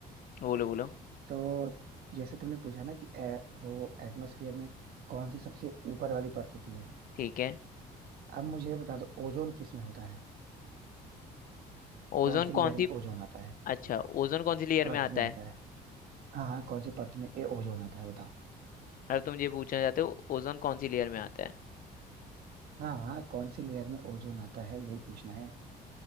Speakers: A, on the left; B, on the right.
A: बोलो बोलो
B: तो जैसे तुमने पूछा ना कि ए, वो एटमॉस्फेयर में कौन सी सबसे ऊपर वाली परत होती है
A: ठीक है
B: अब मुझे ये बता दो ओजोन किस में होता है
A: ओजोन
B: कौन सी लेयर
A: कौन सी
B: में ओजोन आता है
A: अच्छा ओजोन कौन सी लेयर
B: परत
A: में आता
B: में
A: है
B: आता है हाँ हाँ कौन सी परत में ए ओजोन आता है बताओ
A: अब तुम ये पूछना चाहते हो ओजोन कौन सी लेयर में आता है
B: हाँ हाँ कौन सी लेयर में ओजोन आता है यही पूछना है